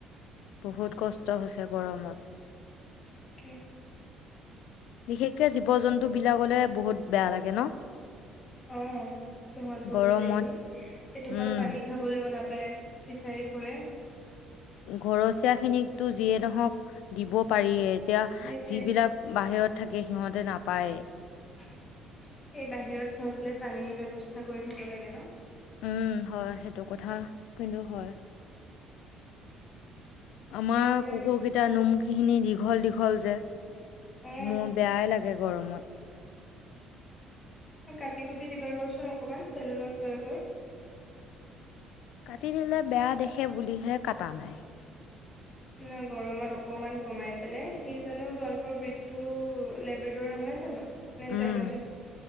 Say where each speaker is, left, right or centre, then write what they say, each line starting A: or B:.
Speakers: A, on the left; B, on the left.
A: বহুত কষ্ট হৈছে গৰমত
B: তাকে
A: বিশেষকে জীৱ জন্তু বিলাকলে বহুত বেয়া লাগে ন
B: অ সহত বোৰ
A: গৰমত
B: যে দেহি এইটোপাল
A: উম
B: পানী খাবলৈও নাপ পায় বিচাৰি ফুৰে
A: ঘৰচীয়া খিনিকো যিয়ে নহক দিব পাৰি এতিয়া
B: সেইটোৱে
A: যিবিলাক বাহিৰত থাকে সিহঁতে নাপায়
B: সেই বাহিৰত সিহঁতলে পানীৰ ব্যৱস্থা কৰি থব লাগে ন
A: উম হয় সেইটো কথা কিন্তু হয়
B: <unintelligible>
A: আমাৰ
B: এতিয়া
A: কুকুৰ কেইটা নুম খিনি দীঘল দীঘল যে
B: অ
A: মোৰ বেয়াই লাগে গৰমত
B: কাটি কুটি দিবা গৈচোন অকমান চেলুনত লৈ গৈ
A: কাটি দিলে বেয়া দেখে বুলিহে কটা নাই
B: ন গৰমত অকমান কমাই পেলাই সি জানো তোমালোকৰ বৃতটো লেব্ৰেডৰ নহয় জানো নে
A: উম
B: জাৰ্মান চেপ